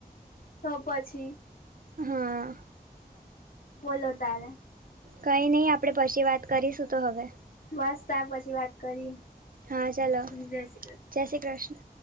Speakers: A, on the left; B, on the right.
A: તો પછી
B: હા.
A: બોલો તારે.
B: કઈ ની આપણે પછી વાત કરીશું તો હવે.
A: બસ તા પછી વાત કરીએ.
B: હા ચલો
A: જય શ્રી કૃષ્ણ
B: જય શ્રી કૃષ્ણ.